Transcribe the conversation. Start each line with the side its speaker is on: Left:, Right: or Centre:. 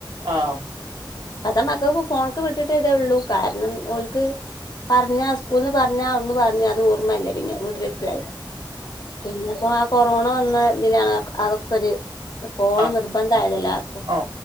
Right: ആഹ്
Left: അത മക്കക്ക്‌ ഫോൺക്ക് വിട്ടിട്ടേതേ ഉള്ളൂ കാരണം ഓല്ക്ക് പറഞ്ഞ സ്കൂൾന്ന് പറഞ്ഞാ ഒന്ന് പറഞ് അത് ഓർമ്മല്ല പിന്നെ വീട്ടിലെത്തിയാല് പിന്നെപ്പോ ആ കൊറോണ വന്ന ഇതിലാണ് അതൊക്കെ ഒരു ഫോൺ
Right: ആഹ് ആഹ്
Left: നിർ- ബന്ധായത് എല്ലാർക്കും
Right: ഓ